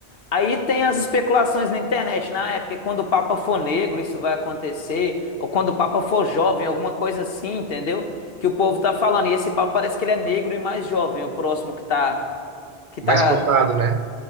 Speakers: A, on the left; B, on the right.
A: Aí tem as especulações na internet, na época, quando o Papa for negro, isso vai acontecer, ou quando o Papa for jovem, alguma coisa assim, entendeu? Que o povo tá falando. E esse Papa parece que ele é negro e mais jovem, o próximo que tá, que
B: mais
A: tá,
B: cotado, né?